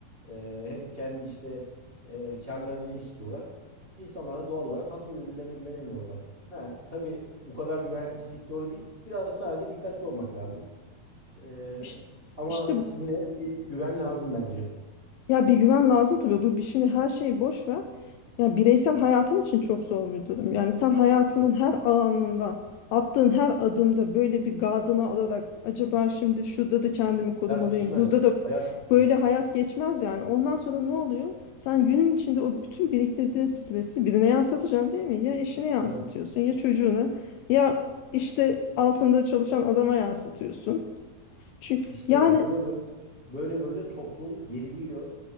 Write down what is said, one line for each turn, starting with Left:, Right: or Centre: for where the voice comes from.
Right: Ee, hep kendi işte e, karlarını istiyorlar. İnsanlar da doğal olarak haklı birbirlerine güvenemiyorlar. Ha, tabii bu kadar güvensizlik doğru değil. Biraz sadece dikkatli olmak lazım. Ee,
Left: İşte,
Right: ama
Left: işte
Right: yine bir güven lazım bence.
Left: Ya bir güven lazım tabii. Bu bir- şimdi her şeyi boş ver. Ya bireysel hayatın için çok zor bir durum. Yani sen hayatının
Right: Evet,
Left: her anında, attığın her adımda böyle bir gardını alarak acaba şimdi şurada da kendimi korumalıyım.
Right: Hayat değişmez.
Left: Burada da
Right: Hayat değişmez.
Left: böyle hayat geçmez yani. Ondan sonra ne oluyor? Sen günün içinde o bütün biriktirdiğin stresi birine yansıtacaksın değil mi? Ya eşine yansıtıyorsun,
Right: Evet.
Left: ya çocuğuna, ya işte altında çalışan adama yansıtıyorsun. Çünkü
Right: İşte
Left: yani
Right: böyle böyle böyle böyle toplum geriliyor.